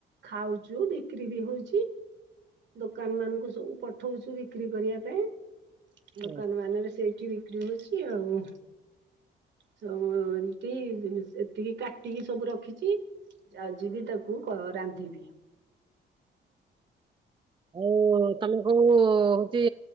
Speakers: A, on the right; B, on the right.
A: ଖାଉଚୁ ବିକ୍ରି ବି ହଉଚି। ଦୋକାନ ମାନଙ୍କୁ ସବୁ ପଠଉଛୁ ବିକ୍ରି କରିବା ପାଇଁ
B: ହୁଁ।
A: ଦୋକାନ ମାନ ରେ ସେଇଠି ବି ରହୁଛି ଆଉ। ସ ଏମତି ଯେମିତି ସେ କାଟିକି ସବୁ ରଖିଚି। ଯାଉଚି ଯିବି ତାକୁ କ ରାନ୍ଧିବି।
B: ଆଉ ତମେ କଣ ହଉଚି